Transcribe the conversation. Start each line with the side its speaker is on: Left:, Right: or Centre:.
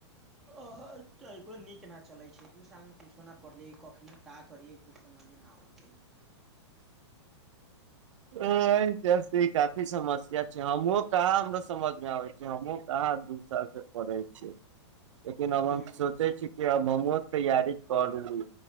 Centre: आ ह तनिको नीक न चलै छै दू साल मे कुछो नइ पड़लिय कखनी का करियै कुछ समझमे ना आबै छै
Right: जसे ई काफी समस्या छै हमहुं कहाँ हमर समझमे आबै छै हमहुँ कहाँ दू साल से पढ़े छिये लेकिन अब
Centre: हूँ
Right: हम सोचे छिये कि अब हम इहो तैयारी करलू